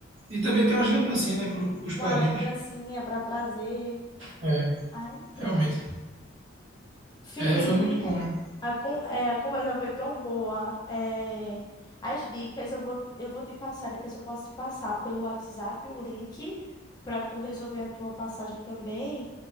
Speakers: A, on the right; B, on the left.
A: E também tem umas lembrancinhas, né? Para os
B: Uma
A: parentes.
B: lembrancinha para trazer.
A: É,
B: Aí, pronto.
A: realmente.
B: Felipe.
A: É, foi muito bom, né?
B: A, con- é, a conversa foi tão boa. é, as dicas eu vou, eu vou te passar, depois eu posso te passar pelo WhatsApp o link para tu resolver a tua passagem também.